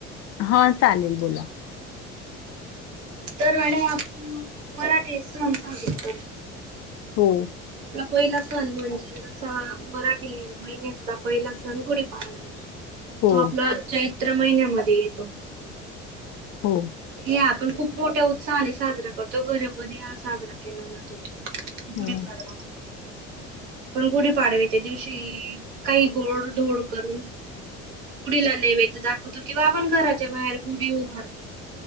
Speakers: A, on the left; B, on the right.
A: हा चालेल बोला
B: तर मॅडम आपण मराठी सन सासरे करतो.
A: हो.
B: पहिला सण म्हणजे जसा मराठी महिन्यातला पहिला सण गुढीपाडवा आहे.
A: हो
B: तो आपला चैत्र महिन्यामध्ये येतो
A: हो
B: हे आपण खूप मोठ्या उत्साहाने साजरा करतो, घरोघरी हा साजरा केला जातो गुढीपाडवा.
A: हो
B: पण गुढीपाडव्याच्या दिवशी, काही गोड धोड करून गुढीला नैवेद्य दाखवतो किंवा आपण घराच्या बाहेर गुढी उभारतो.